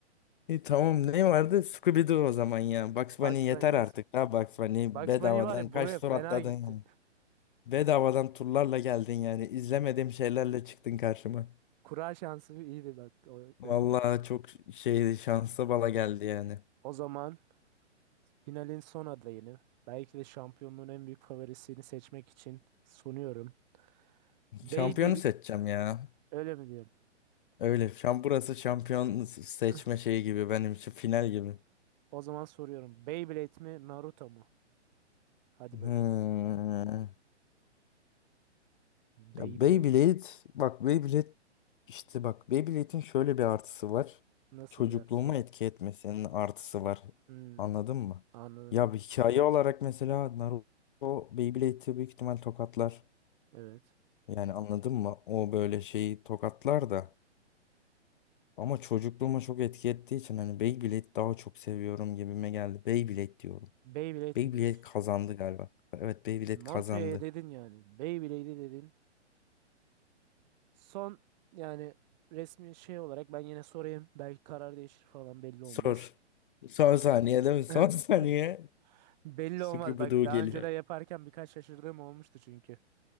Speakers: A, on the left; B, on the right.
A: E, tamam ne vardı? Scooby-Doo o zaman ya. Bugs
B: Bugs
A: Bunny yeter
B: Bunny ile
A: artık. Ha Bugs Bunny
B: Bugs
A: bedavadan
B: Bunny var ya
A: kaç
B: buraya fena
A: tur atladın
B: gitti.
A: ya. Bedavadan turlarla geldin yani. İzlemediğim şeylerle çıktın karşıma.
B: Kura şansı iyiydi bak. O,
A: Vallahi
B: öyle.
A: çok şeydi şanslı bala geldi yani.
B: O zaman finalin son adayını belki de şampiyonluğun en büyük favorisini seçmek için sunuyorum. Beyblade
A: Şampiyonu seçeceğim ya.
B: öyle mi diyorum?
A: Öyle. Şam burası şampiyon seçme
B: <laughs>
A: şeyi gibi benim için final gibi.
B: O zaman soruyorum. Beyblade mi Naruto mu? Hadi
A: Hmm.
B: bakalım.
A: Ya
B: Beyblade
A: Beyblade bak Beyblade işte bak Beyblade'in şöyle bir artısı var.
B: nasıl
A: Çocukluğuma
B: bir yarış var?
A: etki etmesinin artısı var.
B: Hmm,
A: Anladın mı?
B: anladım.
A: Ya bir hikaye olarak mesela Naruto Beyblade'i büyük ihtimal tokatlar.
B: Evet.
A: Yani anladın mı? O böyle şeyi tokatlar da. Ama çocukluğuma çok etki ettiği için hani Beyblade daha çok seviyorum gibime geldi. Beyblade diyorum.
B: Beyblade
A: Beyblade
B: mi diyorsun?
A: kazandı galiba. Evet Beyblade
B: Naruto'ya
A: kazandı.
B: dedin yani. Beyblade'e dedin. Son yani resmi şey olarak ben yine sorayım. Belki karar değişir falan belli olmaz.
A: Sor. Son saniyede mi?
B: <clears throat>
A: Son <laughs> saniye.
B: <laughs> Belli
A: Scooby-Doo
B: olmaz. Bak daha
A: geliyor.
B: önce de yaparken birkaç şaşırdığım olmuştu çünkü.